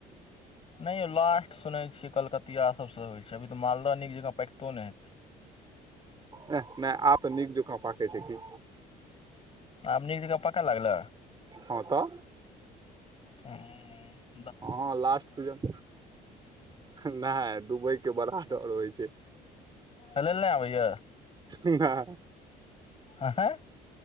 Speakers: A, on the left; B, on the right.
A: नहि यौ लास्ट सुनैत छियै कलकतियाासभसँ होइ छै अभी तऽ मालदह नीक जकाँ पैकितो नहि हेतै हं
B: नहि आ तऽ नीक दुोका पके छै की
A: आ न एक ज पक लागल
B: हँ तऽ
A: ह
B: हँ लासट सीजना है दुबइ के बरा आटर होइ छै
A: अल नहि भैय
B: हँ
A: आहँ